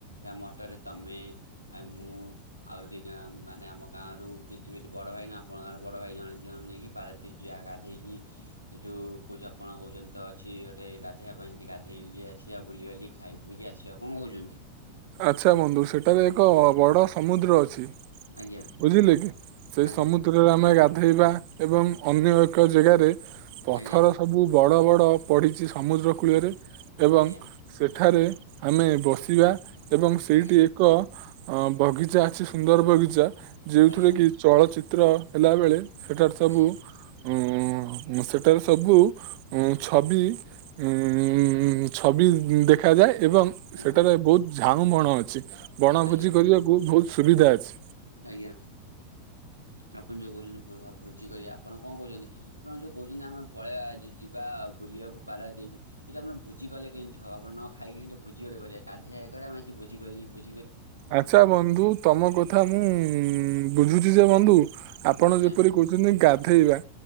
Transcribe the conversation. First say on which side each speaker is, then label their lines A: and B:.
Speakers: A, on the left; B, on the right.
A: ଆମ ଅଟୋରେ ତମେ, ଆଉ ମୁଁ ଆହୁ ଦିଟା ମାନେ ଆମ ଗାଁରୁ କିଛି ବିଠ ବଡ଼ ଭାଇ ନା ଆପଣଙ୍କ ଗାଁରୁ ବଡ଼ ଭାଇ ଜଣେ ଦିଜଣ ନେଇକି ପାରାଦ୍ୱୀପ ଯିବା ଗାଧୋଇକି ଏ ଯୋଉ ପୂଜାପଣ କହୁଛନ୍ତି ତ ଅଛି ଗୋଟେ ଗାଧେଇବା ପାଇଁ ସେଠି ଗାଧେଇକି ଆସିବା ବୁଲିବାଲି ଖାଇ ପକି ଆସିବା କଣ କହୁଛନ୍ତି।
B: ଆଚ୍ଛା ବନ୍ଧୁ ସେଠାରେ ଏକ ବଡ଼ ସମୁଦ୍ର ଅଛି।
A: ଆଜ୍ଞା
B: ବୁଝିଲେ କି ସେଇ
A: ଆଜ୍ଞା
B: ସମୁଦ୍ରରେ ଆମେ ଗା ଧୋଇବା ଏବଂ ଅନ୍ୟ ଏକ ଜାଗାରେ ପଥର
A: ଆଜ୍ଞା
B: ସବୁ ବଡ଼ ବଡ଼ ତପ୍ ପଡିଛି ସମୁଦ୍ର କୂଳରେ ଏବଂ
A: ଆଜ୍ଞା
B: ସେଠାରେ ଆମେ ବସିବା। ଏବଂ ସେଇଠି
A: ଆଜ୍ଞା
B: ଏକ ଅ ବଗିଚା ଅଛି ସୁନ୍ଦର ବଗିଚା। ଯେଉଁଥିରେ
A: ଆଜ୍ଞା
B: କି ଚଳଚିତ୍ର ହେଲା ବେଳେ ସେଠାରେ ସବୁ
A: ଆଜ୍ଞା
B: ଉଁ ମୁଁ ସେତେବେଳେ ସବୁ ହୁଁ ଛବି ଉ ଛବି ଦେଖାଯାଏ। ଏବଂ
A: ଆଜ୍ଞା
B: ସେଠାରେ ବହୁତ ଝାଉଁ ବଣ ଅଛି ବଣଭୋଜି
A: ଆଜ୍ଞା
B: କରିବାକୁ ବହୁତ ସୁବିଧା ଅଛି।
A: ଆଜ୍ଞା। ଆପଣ ଯୋଉ କହୁଛନ୍ତି ଭୋ ଭୋଜି କରିଆ ଆପଣ କଣ କହୁଛନ୍ତି ଆପଣ ଯୋଉ କହୁଛନ୍ତି ଆମେ ପଳେଇଆ ଯି ଯିବା ଭୋଜ୍ ବୁଲିଆକୁ ପାରାଦ୍ଵୀପ ସେଇଟା ଆପଣ ଭୋଜି କଲେ କେମିତି ହବ? ଆପଣ ନ ଖାଇକି ଭୋଜି ଗୋଟେ କରିଆ ଗାଧୋଇବା ଇଏ କରିବା ଭୋ ଭୋଜିକରି। <unintelligible>
B: ଆଛା ବନ୍ଧୁ ତମ କଥା ମୁଁ ବୁଝୁଛି ଯେ ବନ୍ଧୁ ଆପଣ
A: ଆଜ୍ଞା
B: ଯେପରି କହୁଛନ୍ତି ଗାଧେଇବା